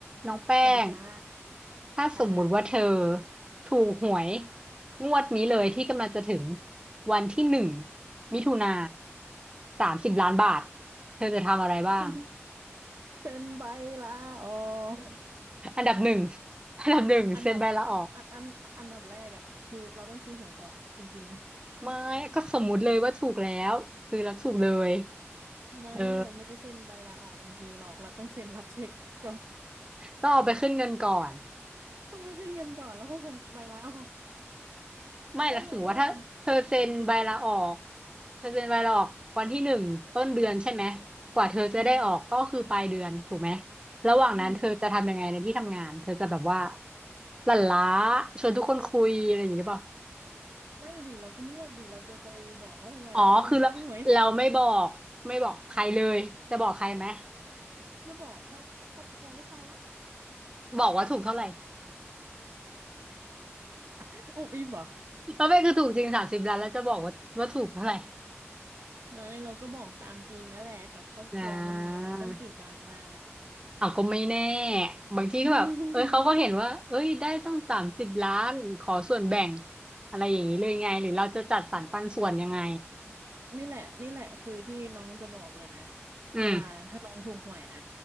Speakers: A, on the right (about 20°); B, on the right (about 75°).
A: น้องแป้ง
B: สวัสดีจ้า
A: ถ้าสมมุติว่าเธอ
B: ค่ะ
A: ถูกหวยงวดนี้เลยที่กำลังจะถึงวันที่หนึ่งมิถุนาสามสิบล้านบาทเธอจะทำอะไรบ้าง
B: <laughs> เซ็นใบลาออก
A: อันดับหนึ่งอันดับหนึ่งเซ็นใบลาออก
B: อันดับอันอันอันดับแรกอ่ะคือเราต้องซื้อหวยก่อนจริง
A: ไม่ก็สมมุติเลยว่าถูกแล้วซื้อแล้วถูกเลย
B: ๆไม่เราไม่เซ็นใบลาออกทันทีหรอกเราต้องเซ็นรับเช็คก่อน
A: เออต้องเอาไปขึ้นเงินก่อน
B: <laughs> ต้องไปขึ้นเงินก่อนแล้วค่อยเซ็นใบลาออก
A: ไม่แล้วสมมติว่าถ้าเธอเซ็นใบลาออก
B: แล้วยังไม่ได้บรรบรรจุเลยนะ
A: เธอเซ็นใบลาออกวันที่หนึ่งต้นเดือนใช่ไหมกว่าเธอจะได้ออกก็คือปลายเดือนถูกไหม
B: อืม
A: ระหว่างนั้นเธอจะทำยังไงในที่ทำงานเธอจะแบบว่า
B: อืม
A: หลั่นล้าชวนทุกคนคุยอะไรอย่างนี้หรือเปล่า
B: ไม่ดิเราก็เงียบดิเราจะไปบอกเขาทำไมอะว่าเราถูกหวย
A: อ๋อคือเราเราไม่บอกไม่บอกใครเลยจะบอกใครไหม
B: จะบอกให้ครอบครัวก็พอละ
A: บอกว่าถูกเท่าไหร่
B: <laughs> อุบอิบเหรอ
A: แล้วไม่คือถูกจริงสามสิบล้านแล้วจะบอกว่าว่าถูกเท่าไหร่
B: ไม่เราก็บอกตามจริงนั่นแหละกับครอบครัวมันมีอะไรต้องปิดบังล่ะ
A: อ่า เอาก็ไม่แน่บางทีก็แบบเอ้ยเขาก็เห็นว่าเอ้ย
B: <laughs>
A: ได้ต้องสามสิบล้าน ขอส่วนแบ่งอะไรอย่างนี้เลยไง หรือเราจะจัดสรรปันส่วนยังไง
B: นี่แหละนี่แหละคือที่น้องจะบอกเลยนะ
A: อืม
B: เวลาถ้าน้องถูกหวยนะ